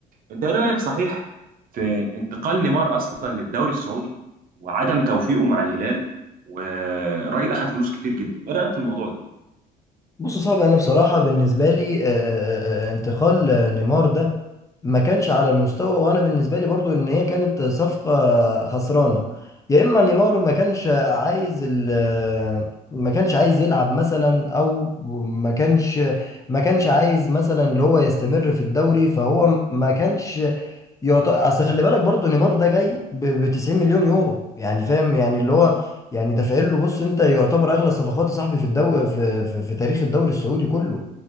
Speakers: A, on the right (about 55°); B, on the left (about 20°).
A: انت ايه رايك صحيح في انتقال نيمار اصلا للدوري السعودي وعدم توفيقه مع الهلال والراجل اخذ فلوس كتير جدا ايه رايك في الموضوع ده
B: بص صعب انا بصراحه بالنسبه لي آه، آه، آه، آه، انتقال آه، نيمار ده ما كانش على المستوى وانا بالنسبه لي برضو ان هي كانت صفقه خسرانه يا اما نيمار ما كانش عايز ال ما كانش عايز يلعب مثلا او ما كانش ما كانش عايز مثلا اللي هو يستمر في الدوري فهو ما كانش يعط- اصل خلي بالك برضو نيمار ده جاي ب 90 مليون يورو يعني فاهم يعني اللي هو يعني دافعين له بص انت يعتبر اغلى صفقات يا صاحبي في الدو في, في, في تاريخ الدوري السعودي كله